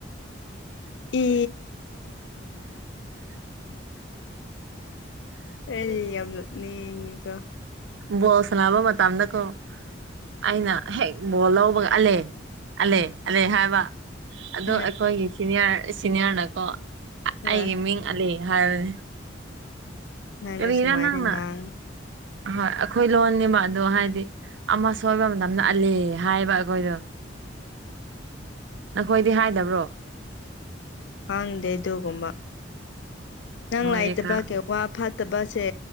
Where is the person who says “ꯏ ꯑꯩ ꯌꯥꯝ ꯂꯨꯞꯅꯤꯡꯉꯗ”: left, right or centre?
Left